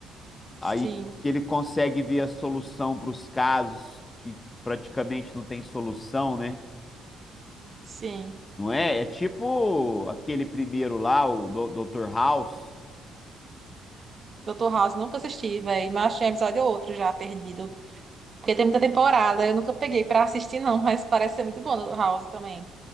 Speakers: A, on the left (about 25°); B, on the right (about 35°).
A: Aí
B: Sim,
A: que ele consegue ver a solução para os casos que praticamente não tem solução, né?
B: sim.
A: Não é? É tipo aquele primeiro lá, o Dr. House.
B: Doutor House, nunca assisti, velho. Mas achei um episódio ou outro já perdido. Porque tem muita temporada, eu nunca peguei pra assistir, não, <laughs> mas parece ser muito bom do House também.